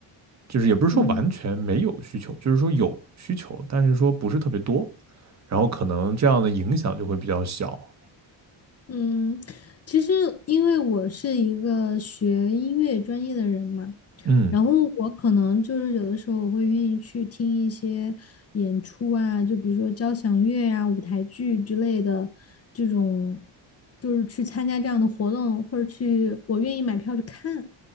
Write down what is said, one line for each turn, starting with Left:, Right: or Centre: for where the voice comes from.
Right: 就是也不是说完全没有需求，
Left: 嗯
Right: 就是说有需求，但是说不是特别多，然后可能这样的影响就会比较小。
Left: 嗯，其实因为我是一个学音乐专业的人嘛，
Right: 嗯，
Left: 然后我可能就是有的时候我会愿意去听一些演出啊，就比如说交响乐呀、舞台剧之类的这种，就是去参加这样的活动，或者去我愿意买票去看。